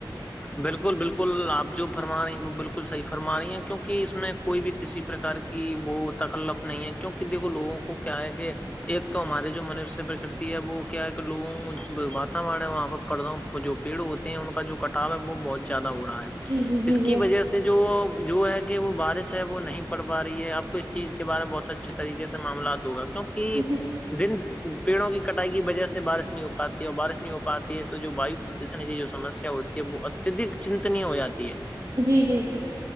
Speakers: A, on the left; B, on the right.
A: بالکل بالکل آپ جو فرما رہی ہیں وہ بالکل صحیح فرما رہی ہیں کیونکہ اس میں کوئی بھی کسی پرکار کی وہ تکلف نہیں ہے کیونکہ دیکھو لوگوں کو کیا ہے کہ ایک تو ہمارے جو منشیہ پرکرتی ہے وہ کیا ہے کہ لوگوں کو واتورن ہے وہاں پر پڑھا ہوں وہ جو پیڑ ہوتے ہیں ان کا جو وہ بہت زیادہ ہو رہا ہے
B: جی جی جی
A: اس کی
B: جی
A: وجہ سے جو جو ہے کہ وہ بارش سے وہ نہیں پڑھ پا رہی ہے آپ کو اس چیز کے بارے میں بہت اچھے طریقے سے معاملات ہوگا کیونک
B: جی
A: دن پیڑوں کی کٹائی کی وجہ سے بارش نہیں ہو پاتی ہے اور بارش نہیں ہو پاتی ہے تو جو واو کی جو سمسیا ہوتی ہے وہ اتدک چنتنی ہو جاتی ہے
B: جی جی جی